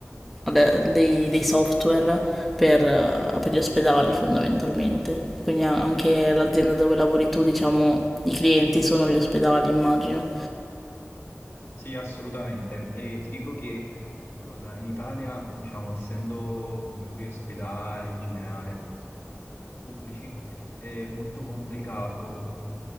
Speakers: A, in the centre; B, on the left.
A: ade- dei, dei software per, eh, per gli ospedali fondamentalmente. Quindi a- anche l'azienda dove lavori tu, diciamo, i clienti sono gli ospedali, immagino.
B: Sì, assolutamente. E ti dico che eh, da- in Italia, diciamo, essendo comunque gli ospedali in generale pubblici è molto complicato